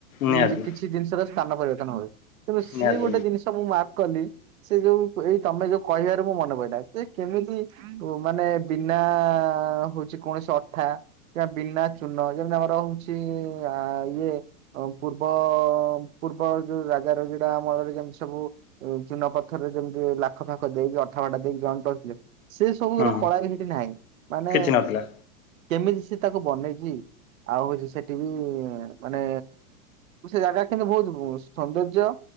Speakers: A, on the left; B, on the right.
A: ନିହାତି
B: ନିଜ କିଛି ଜିନିଷର ସ୍ଥାନ ପରିବର୍ତନ ହୁଏ ତେନ୍ତୁ ସିଏ
A: ନିହାତି
B: ଗୋଟେ ଜିନିଷ ମୁଁ ମ କଲି ସେ ଯୋଉ ଏଇ ତମେ ଯୋଉ କହିବାରେ ମୁଁ ମନେ ପଡିଲା ଯେ କେମିତି ମାନେ ବିନା ହଉଛି କୌଣସି ଅଠା କି ବିନା ଶୂନ ଯେମିତି ଆମର ହଉଛି ଇଏ ପୂର୍ବ ପୂର୍ବ ଯୋଉ ଏଗାର ଯଡା ଅମଳରେ ଯେମିତି ସବୁ ଚୁହନ ପଥରରେ ଯେମିତି ଲାଖ ପାାଖ ଦେଇକି ଅଠ ଭଢା ଦେଇକି ଜଣ୍ଟଥିଲେ। ସେ ସବୁର
A: ହୁଁ
B: କଳା ବି ସେଠି ନାହିଁ ମାନେ
A: କିଛି ନଥିଲା
B: କେମିତି ସେ ତାକୁ ବନେଇଛି ଆଉ ହଉଛି ସେଠି ବି ମାନେ ସେ ଜାଗା କିନ୍ତୁ ବହୁତ ସୌନ୍ଦର୍ଯ୍ୟ